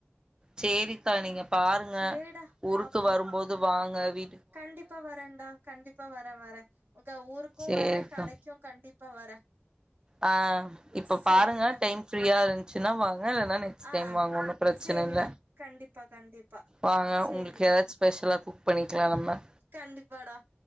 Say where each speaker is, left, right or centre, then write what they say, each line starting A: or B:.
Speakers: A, on the right (about 20°); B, on the right (about 50°).
A: சேரிக்கா நீங்க பாருங்க
B: சேரிடா
A: ஊருக்கு
B: பாப்போ
A: வரும்போது வாங்க வீ
B: கண்டிப்பா வரேன்டா கண்டிப்பா வரே வரே உங்க ஊருக்கு
A: சேரிக்கா
B: வரே கடைக்கு கண்டிப் ப்பா வரே
A: ஆ இப்ப
B: சேரிடா
A: பாருங்க டைம் ஃப்ரீயா இருந்ச்சுன்னா வாங்க இல்லன்னா நைக்ஸ்ட்
B: ஆ
A: டைம் வாங்க ஒன்னு பிரச்சன
B: சேரிடா
A: இல்ல
B: கண்டிப்பா கண்டிப்பா
A: வாங்க
B: சேரிடா
A: உங்களுக்கு ஏதாச்சு ஸ்பெஷலா குக் பண்ணிக்கலா நம்ம
B: கண்டிப்பாடா